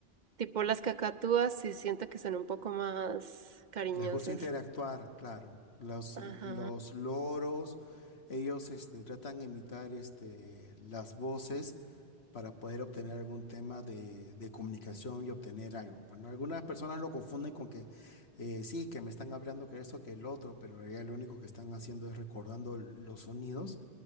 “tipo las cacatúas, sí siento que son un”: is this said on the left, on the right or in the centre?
Right